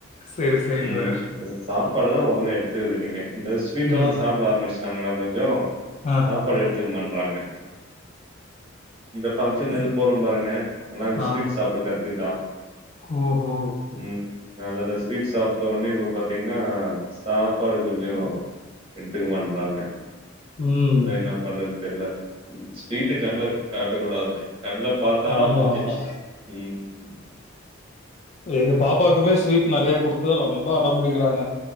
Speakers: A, on the left; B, on the right.
A: சரி, சரிங்க
B: ம்
A: சார்.
B: சாப்பாடு தா ஒழுங்க எடுத்தது இல்லைங்க இந்த ஸ்வீட் எல்லா
A: ம்.
B: சாப்ட ஆரம்பிச்சுட்டாங்களா கொஞ்சோ
A: ஆ.
B: சாப்பாடு எடுத்துக்க மாட்றாங்க இந்த பங்க்ஷன் எது
A: இல்
B: போறம் பாருங்க நல்லா அங்க ஸ்வீட்
A: ஆ.
B: சாப்ட கத்துக்கிட்டா
A: ஓஹோ!
B: ம் அது அது ஸ்வீட் சாப்ட்ட ஒன்னே இப்ப பாத்தீங்கன்னா சாப்பாடு கொஞ்சோ எடுத்துக்க மாட்றாங்க
A: ம்.
B: அதா என்ன பண்றதுன்னு தெரில ஸ்வீட்டு கண்ல காட்டக்கூடாதுங்க கண்ல பாத்தான்னா
A: ஆமா,
B: முடிஞ்சிச்சு
A: ஆமாங்க.
B: ம்
A: எங்க பாப்பாக்குமே ஸ்வீட் நெறயா குடுத்து தா ரொம்ப அடோ பிடிக்கிறாங்க